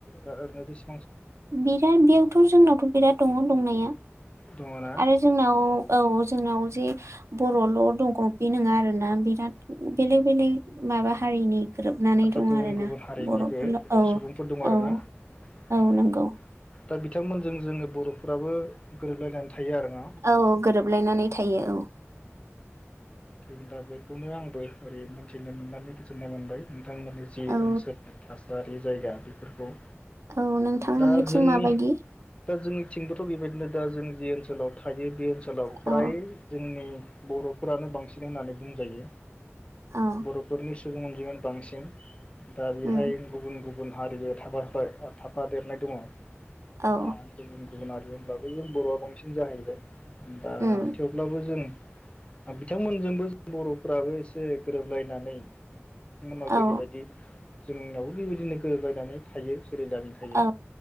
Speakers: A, on the left; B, on the right.
A: ओरैनो बेसे
B: बिराद बेयावथ' जोंनावथ' बिराद दङ' दंनाया।
A: दङ ना
B: आरो जोंनाव औ जों जोंनाव जे बर'ल' दंख बे नोङा आरोना बिराद बेलेग बेलेग माबा हारिनि गोरोबनानै
A: आदसा
B: दं
A: गुबुन
B: आरोना
A: गुबुन हारिनिबो
B: बर'फोरल' औ
A: सुबुंफोर दङ आरोना
B: औ
A: अ
B: औ नों
A: दा बिथांमोनजों जोंङो बर'फोराबो गोरोबलायनानै थायो आरोना
B: औ गोरोबलायनानै थायो औ।
A: थैगोन दा बेखौनो आंबो ओरै मोन्थिनो मोननानै गोजोननाय मोनबाय। नोंथांमोननि जि
B: औ
A: ओनसोलनि थासा बे जायगा बेफोरखौ
B: औ नोंथांमोननिथिं
A: दा जोंनि
B: माबायदि?
A: दा जोंनिथिंबोथ बेबायदिनो दा जों जि ओनसोलाव थायो बे ओन सोलाव प्राय
B: औ
A: जोंनि बरफोरानो बांसिन होननानै बुंजायो
B: औ
A: बरफोरनि सि सुबुं अनजिमायानो बांसिन दा बेहाय
B: उम
A: गुबुन गुबु गुबुन हारिबो थाबाथाय ओ थाफादेरनाय दङ
B: औ
A: ओ गुबुन गुबुन हारि होनब्लाबो जों बरआ बांसिन जाहैबाय दा
B: उम
A: थेवब्लाबो जों बिथांमोनजोंबो जों बरफोराबो एसे गोरोबलायनानै <inaudible> उनाव जेरैबायदि
B: औ
A: जोंनावबो बिबायदिनो गोरोबलायनानै थायो <unintelligible> थायो
B: औ